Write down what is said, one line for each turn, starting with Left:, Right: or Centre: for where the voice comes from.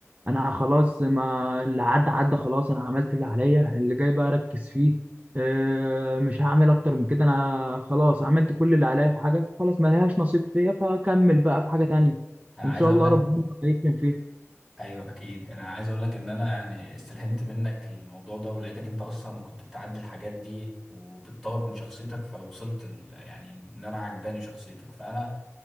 Right: انا خلاص ما اللي عدى عدى خلاص انا عملت اللي عليا اللي جاي بقى اركز فيه اه، مش هعمل اكتر من كده انا خلاص عملت كل اللي عليا في حاجة خلاص ما لهاش نصيب فيا فكمل بقى في حاجة تانية
Centre: أنا
Right: وان
Centre: عايز
Right: شاء
Centre: أقول
Right: الله
Centre: لك
Right: ربنا يكرم فيها
Centre: ايوه اكيد انا عايز اقول لك ان انا يعني استلهمت منك الموضوع ده ولقيتك انت اصلا كنت بتعدي الحاجات دي وبتطور من شخصيتك فوصلت ال... يعني ان انا عجباني شخصيتك فانا